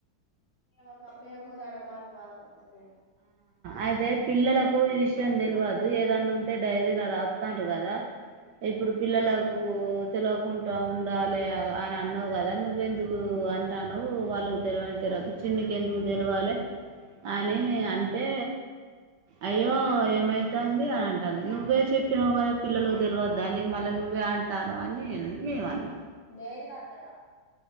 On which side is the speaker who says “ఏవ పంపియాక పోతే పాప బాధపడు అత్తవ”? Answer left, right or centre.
Left